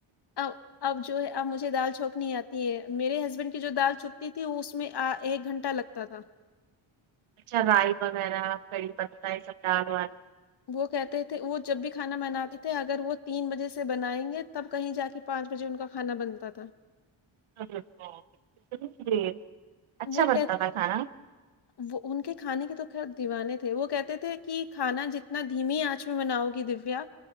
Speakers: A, on the left; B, on the right.
A: اب اب جو ہے اب مجھے دال چھونکنی آ میرے ہسبینڈ کی جو دال چھونکتھی تھی وہ اس میں ایک گھنٹہ لگتا تھا
B: اچھا رائی وغیرہ کڑی پتا یہ سب دال وال
A: وہ کہتے تھے وہ جب بھی کھانا بناتے تھے اگر وہ تین بجے سے بنائیں گے تب کہیں جا کے پانچ بجے ان کا کھانا بنتا تھا
B: <unintelligible> اچھا
A: وہ
B: بنتا
A: کہ
B: تھا کھانا ہوں،
A: وہ ان کے کھانے کے تو خیر دیوانے تھے وہ کہتے تھے کہ کھانا جتنا دھیمی آنچ میں بناؤ گی دیویا